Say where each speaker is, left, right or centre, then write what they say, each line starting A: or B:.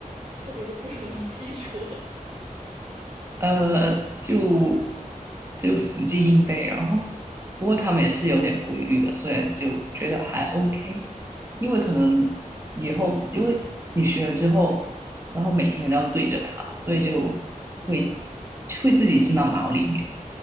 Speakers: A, on the right; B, on the right.
A: 特别的不容易记住？
B: 呃，就就死记硬背，然后不过他们也是有点规律的，所以就觉得还 OK，因为可能以后因为你学了之后，
A: <laughs> 是吧？
B: 然后每天都要对着它，所以就会会自己进到脑里面，